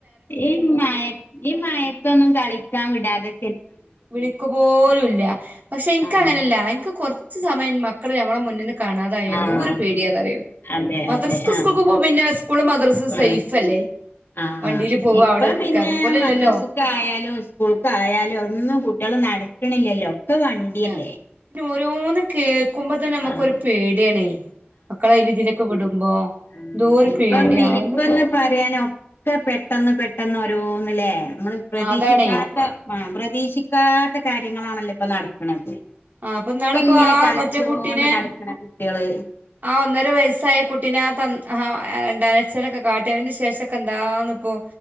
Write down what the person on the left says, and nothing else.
ഈ മയ ഈ മയത്തൊന്നും കളിക്കാൻ വിടാതെ
ആഹ്
ആഹ്
അതെ
അതെ ആഹ്
ആഹ്
ആഹ്
ഇപ്പ
പിന്നെ
മദ്രാസക്ക്‌ ആയാലും സ്കൂൾക്ക്‌ ആയാലും ഒന്നും കുട്ടിയാള് നടക്കണില്ലല്ലോ ഒക്കെ വണ്ടിയല്ലേ
ആഹ്
ഉം
ഇപ്പ
ഇപ്പന്ന്
പറയാന് ഒക്കെ പെട്ടെന്ന് പെ പെട്ടെന്ന് ഓരോന്ന്ലെ മ്മള് പ്രതീക്ഷിക്കാത്ത
പ്രതീക്ഷിക്കാത്ത കാര്യങ്ങളാണല്ലോ ഇപ്പ നടക്ക്‌ണ്ത് ഇപ്പൊ
ഇങ്ങനെ
കളിച്ചൊണ്ട്
നടക്ക്‌ണ കുട്ടികള്